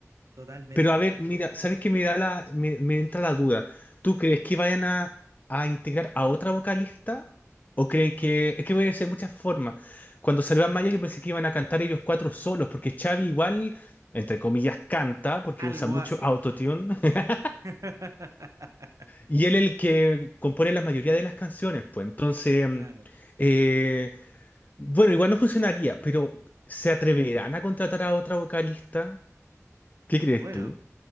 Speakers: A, on the right; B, on the left.
A: totalmente.
B: Pero a ver, mira, ¿sabes qué me da la, me, me entra la duda? ¿Tú crees que vayan a, a integrar a otra vocalista? ¿O creen que... Es que pueden ser muchas formas. Cuando salió Maya yo pensé que iban a cantar ellos cuatro solos, porque Xavi igual, entre comillas, canta, porque
A: Algo
B: usa mucho
A: hace.
B: autotune, <laughs>
A: <laughs>
B: y él el que compone la mayoría de las canciones, pues. Entonces,
A: Claro.
B: mm, eh, bueno, igual no funcionaría, pero ¿se atreverán a contratar a otra vocalista? ¿Qué crees
A: Bueno,
B: tú?